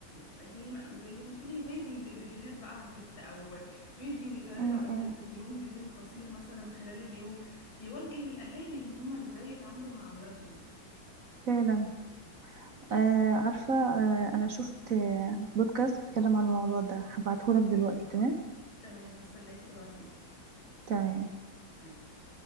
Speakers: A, on the left; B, on the right.
A: يعني ما- زي ما تقولي زي فيل- فيديوهات بقى على النت او فيديو يتعرض
B: امم
A: على التلفزيون فيديو قصير مثلا خلال اليوم يوجه الاهالي ان هم ازاي يتعاملوا مع اولادهم
B: فعلا آه عارفة آه أنا شفت آه بودكاست بيتكلم عن الموضوع ده هبعتهولك دلوقتي تمام
A: تمام حاسه انك تبعتي
B: تمام
A: تمام